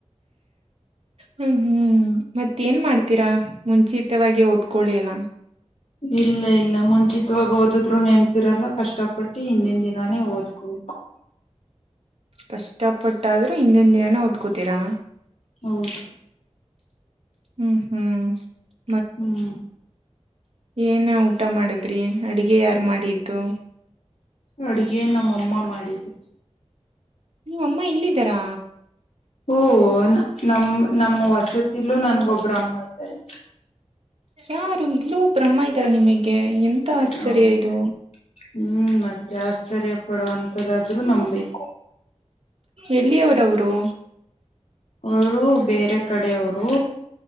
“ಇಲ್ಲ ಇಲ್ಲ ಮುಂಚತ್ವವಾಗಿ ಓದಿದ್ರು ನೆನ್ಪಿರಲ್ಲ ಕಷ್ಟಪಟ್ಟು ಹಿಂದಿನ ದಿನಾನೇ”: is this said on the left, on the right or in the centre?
Left